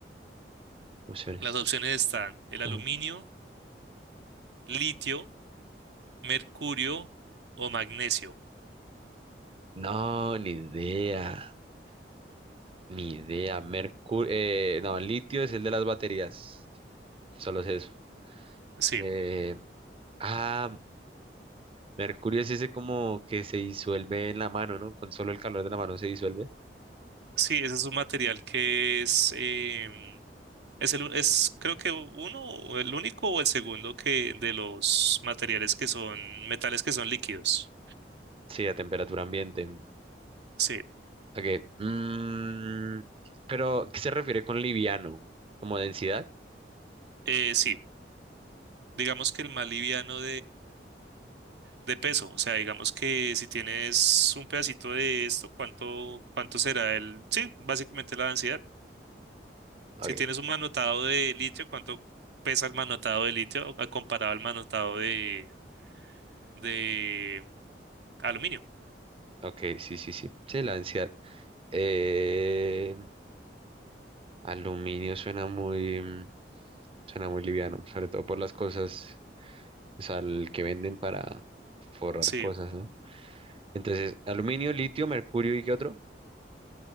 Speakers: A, on the right (about 30°); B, on the right (about 70°).
A: opciones.
B: Las opciones están el
A: <laughs>
B: aluminio, litio, mercurio o magnesio.
A: No, ni idea. Ni idea. Mercurio. eh, no, litio es el de las baterías. Solo sé eso.
B: Sí,
A: Eh, ah, Mercurio es ese como que se disuelve en la mano, ¿no? Con solo el calor de la mano se disuelve.
B: sí, ese es un material que es, em, es el, u- es creo que uno, o el único o el segundo que de los materiales que son metales que son líquidos.
A: Sí, a temperatura ambiente.
B: Sí,
A: Ok. mm, pero, ¿qué se refiere con liviano? ¿Como densidad?
B: eh, sí, digamos que el más liviano de peso. O sea, digamos que si tienes un pedacito de esto, ¿cuánto, cuánto será el? Sí, básicamente la densidad.
A: Ok.
B: Si tienes un manotado de litio, ¿cuánto pesa el manotado de litio a- comparado al manotado de, de aluminio?
A: Ok, sí, sí, sí. Sí, la densidad. Eh, aluminio suena muy, mm, suena muy liviano, sobre todo por las cosas, o sea, el que venden para forrar
B: Sí,
A: cosas, ¿no? Entonces, aluminio, litio, mercurio y qué otro?